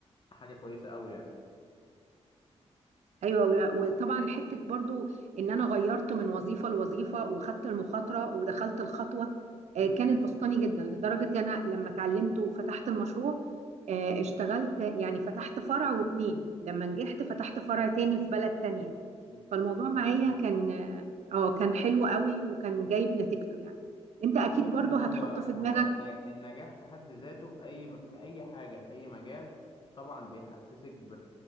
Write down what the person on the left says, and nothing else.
حاجة كويسة أوي يعني
مم.
إن
شاء
الله
لا
بص
هو
هو
الن- النجاح في حد ذاته في اي في اي حاجه في اي مجال طبعا بيحسسك ب